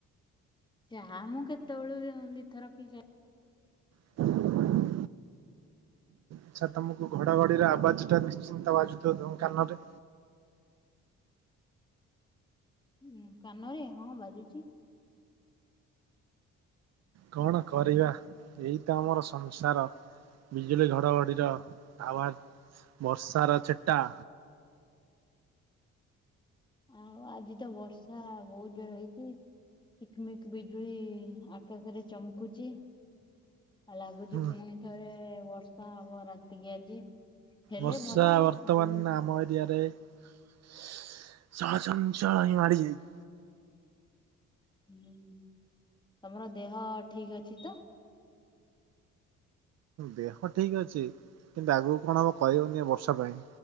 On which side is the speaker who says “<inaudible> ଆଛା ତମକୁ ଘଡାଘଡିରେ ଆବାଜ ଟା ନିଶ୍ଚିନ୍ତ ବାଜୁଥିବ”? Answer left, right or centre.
Right